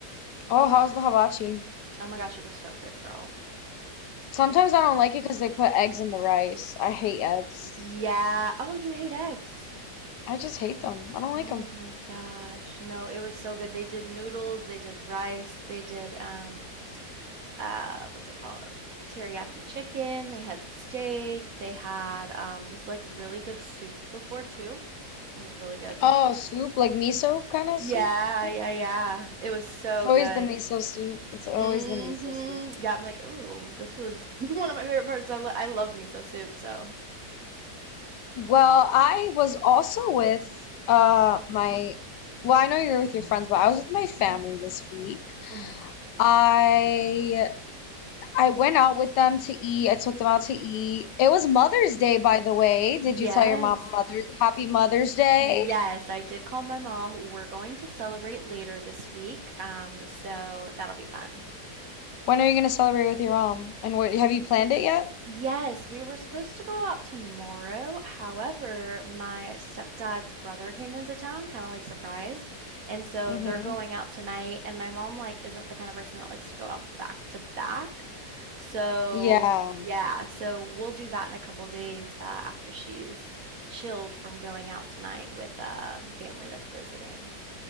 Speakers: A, on the left; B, on the right.
A: Oh, how's the hibachi?
B: Oh my gosh, it was so good, girl.
A: Sometimes
B: It,
A: I don't like it because they put eggs in the rice. I hate eggs.
B: yeah. Oh, you hate eggs.
A: I just hate them. I don't
B: Oh
A: like them.
B: my gosh. No, it was so good. They did noodles, they did rice, they did um uh, what's it called? Teriyaki chicken. They had steak. They had um, this like really good soup before too. It was really good.
A: Oh, soup, like miso kind of
B: Yeah,
A: soup thing?
B: yeah, yeah. It was so
A: It's always
B: good.
A: the miso soup. It's
B: hmm
A: always the miso soup.
B: Yeah, I'm like, ooh, this was <laughs> one of my favorite parts. I, lo- I love miso soup, so.
A: Well, I was also with uh my well, I know you're with your friends, but I was with my family this week.
B: mhm.
A: I I went out with them to eat. I took them out to eat. It was
B: Mm.
A: Mother's Day, by the way. Did
B: Yes.
A: you tell your mom Mother Happy Mother's Day?
B: Yes, I did call my mom. We're going to celebrate later this week, um, so that'll be fun.
A: When are you gonna celebrate with your mom? And what have you planned it yet?
B: Yes, we were supposed to go out tomorrow. However, my stepdad's brother came into town, kind of like surprise. And so
A: Mm-hmm.
B: they're going out tonight, and my mom like isn't the kind of person that likes to go out back to back. So,
A: Yeah.
B: yeah, so we'll do that in a couple days uh, after she's chilled from going out tonight with uh, the family that's visiting.